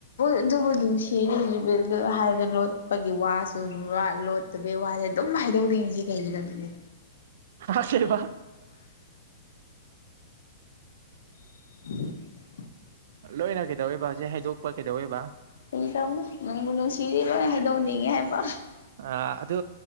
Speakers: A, on the left; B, on the right.
A: ꯑꯗꯨꯕꯨ ꯑꯗꯨꯝ ꯅꯨꯡꯁꯤꯔꯤ ꯍꯥꯏꯕꯗ ꯂꯣꯠꯄꯒꯤ ꯋꯥꯁꯨ ꯑꯗꯨꯒ ꯂꯣꯠ ꯇꯕꯩ ꯋꯥꯁꯦ ꯑꯗꯨꯝ ꯍꯥꯏꯗꯣꯛꯅꯤꯡꯉꯤꯁꯦ ꯀꯩꯒꯤꯅꯣ ꯑꯗꯨꯗꯤ
B: ꯑꯁꯦꯡꯕ
A: <inaudible>
B: ꯂꯣꯏꯅ ꯀꯩꯗꯧꯑꯦꯕ ꯍꯧꯖꯤꯛ ꯍꯥꯏꯗꯣꯛꯄ ꯀꯩꯗꯧꯑꯦꯕ
A: ꯀꯩꯗꯧꯅꯤ ꯅꯨꯡꯕꯨ ꯅꯨꯡꯁꯤꯔꯗꯤ ꯂꯣꯏ ꯍꯥꯏꯗꯣꯛꯅꯤꯡꯉꯦ ꯍꯥꯏꯕ
B: ꯑꯥ ꯑꯗꯨ